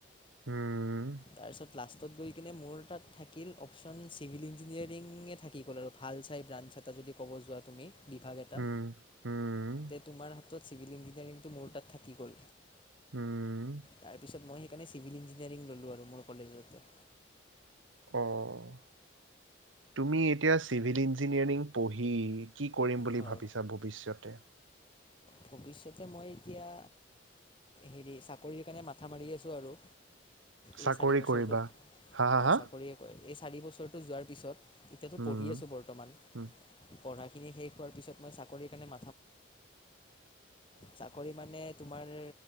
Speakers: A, on the right; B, on the left.
A: হম।
B: তাৰপিছত লাষ্টত গৈ কিনে মোৰ তাত থাকিল অপশ্যচন চিভিল ইঞ্জিনিয়াৰি-ঙে থাকি গ'ল আৰু, ভাল চাই ব্ৰাঞ্চ এটা যদি ক'ব যোৱা তুমি বিভাগ এটা,
A: উম, উম,
B: তে তোমাৰ হাত তাত চিভিল ইনঞ্জিনিয়াৰিংটো মোৰ তাত থাকি গ'ল।
A: উম,
B: তাৰপিছত মই হেক কেনে চিভিল ইঞ্জিনিয়াৰিং ল'লো আৰু মোৰ কলেজতে
A: অ', তুমি এতিয়া চিভিল ইঞ্জিনিয়াৰিং পঢ়ি কি কৰিম বুলি
B: হয়
A: ভাবিছা ভৱিষ্যতে।
B: ভৱিষ্যতে মই এতিয়া, হেৰি চাকৰিৰ কাৰণে মাথা মাৰি আছোঁ আৰু।
A: চাকৰি
B: এই চাৰি বছৰৰতোক,
A: কৰিবা?
B: অ',
A: হা, হা, হা?
B: চাকৰিয়ে কৰে। চাৰি বছৰটো যোৱাৰ পিছত। এতিয়াতো
A: উম।
B: পঢ়ি আছোঁ বৰ্তমান
A: অ
B: পঢ়াখিনি শেষ হোৱাৰ পিছত মই চাক। কৰি কেনে। চাকৰি মানে তোমাৰ।